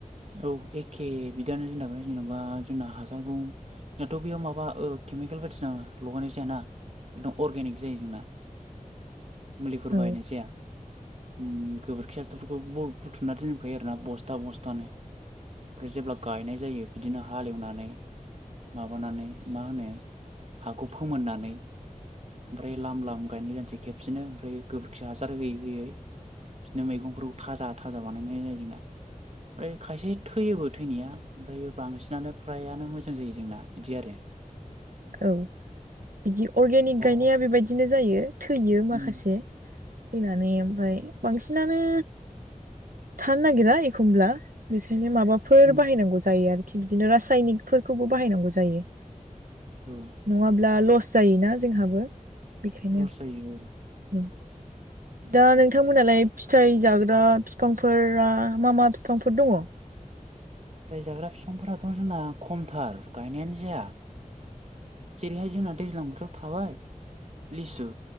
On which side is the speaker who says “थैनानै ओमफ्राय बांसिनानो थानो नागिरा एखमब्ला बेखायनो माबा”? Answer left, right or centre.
Right